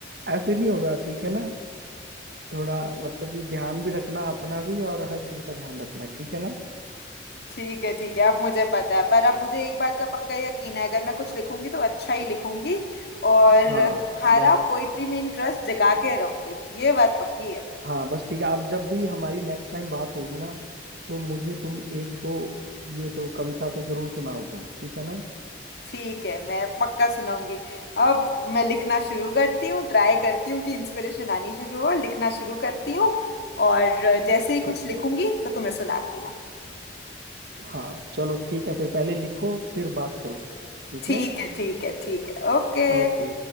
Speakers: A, on the right; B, on the left.
A: ऐसे नहीं होगा ठीक है ना थोड़ा मतलब कि ध्यान भी रखना अपना भी और हर चीज का ध्यान रखना है ठीक है ना
B: ठीक है ठीक है अब मुझे पता है पर अब मुझे एक बात का पक्का यकीन है अगर मैं कुछ लिखूंगी तो अच्छा ही लिखूंगी और
A: हाँ
B: तुम्हारा
A: बस
B: पोइट्री में इंटरेस्ट जगा के रहूंगी ये बात पक्की है
A: हाँ बस ठीक है आप जब भी हमारी नेक्स्ट टाइम बात होगी ना तो मुझे तुम एक दो ये तो कविता तो जरूर सुनाओ तुम ठीक है ना
B: ठीक है मैं पक्का सुनाऊंगी अब मैं लिखना शुरू करती हूँ ट्राई करती हूँ कि इंस्पिरेशन आनी शुरू हो लिखना शुरू करती हूँ और जैसे ही कुछ
A: ठीक
B: लिखूंगी
A: है
B: तो तुम्हें सुनाती हूँ
A: हाँ चलो ठीक है फिर पहले लिखो फिर बात करो ठीक
B: ठीक
A: है
B: है ठीक है ठीक है ओके
A: ओके